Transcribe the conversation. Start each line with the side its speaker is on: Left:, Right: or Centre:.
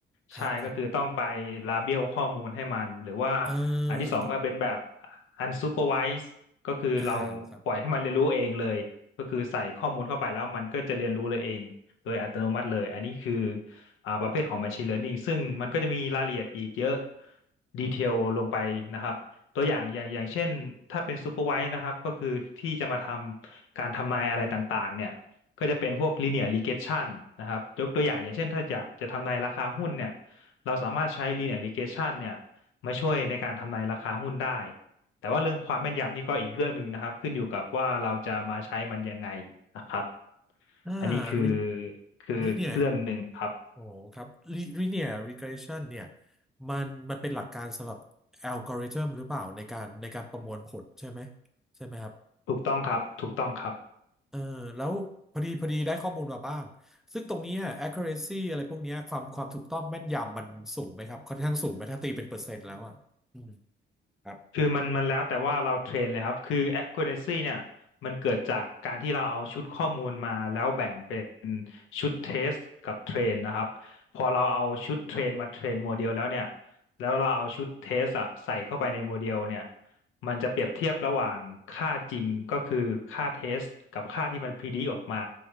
Centre: ครับครับ
Left: ใช่ก็คือต้องไปลาเบลข้อมูลให้มันหรือว่า
Centre: เออ
Left: อันที่สองก็เป็นแบบ
Centre: ตรง
Left: Unsupervised ก็คือเราปล่อยให้มันเรียนรู้เองเลยก็คือใส่ข้อมูลเข้าไปแล้วมันก็จะเรียนรู้เลยเองโดยอัตโนมัติเลยอันนี้คือ
Centre: อ่าครับ
Left: อ่าประเภทของ Machine Learning ซึ่งมันก็จะมีรายละเอียดอีกเยอะดีเทลลงไปนะครับตัวอย่างอย่างอย่างเช่นถ้าเป็น Supervised นะครับก็คือที่จะมาทำการทำนายอะไรต่างๆเนี่ยก็จะเป็นพวก Linear Regression นะครับยกตัวอย่างอย่างเช่นถ้าอยากจะทำนายราคาหุ้นเนี่ยเราสามารถใช้ Linear Regression เนี่ยมาช่วยในการทำนายราคาหุ้นได้แต่ว่าเรื่องความแม่นยำนี่ก็อีกเรื่องหนึ่งนะครับขึ้นอยู่กับว่าเราจะมาใช้มันยังไงนะครับ
Centre: อ่า
Left: อันนี้คือ
Centre: re-
Left: คือเรื่องหนึ่งครับ
Centre: re- เนีย โอ้ครับ Li- linear regression เนี่ยมันมันเป็นหลักการสำหรับอัลกอริทึมหรือเปล่าในการในการประมวลผลใช่ไหมใช่ไหมครับ
Left: ถูกต้องครับถูกต้องครับ
Centre: เออแล้วพอดีพอดีได้ข้อมูลมาบ้างซึ่งตรงเนี้ย accuracy อะไรพวกเนี้ยความความถูกต้องแม่นยำมันสูงไหมครับค่อนข้างสูงไหมถ้าตีเป็นเปอร์เซ็นต์แล้วอ่ะอืมครับ
Left: คือมันมันแล้วแต่ว่าเราเทรนเลยครับคือ accuracy เนี่ยมันเกิดจากการที่เราเอาชุดข้อมูลมาแล้วแบ่งเป็นชุดเทสกับเทรนนะครับพอเราเอาชุดเทรนมาเทรนโมเดลแล้วเนี่ยแล้วเราเอาชุดเทสอะใส่เข้าไปในโมเดลเนี่ยมันจะเปรียบเทียบระหว่างค่าจริงก็คือค่าเทสกับค่าที่มันพอ d ด c ออกมา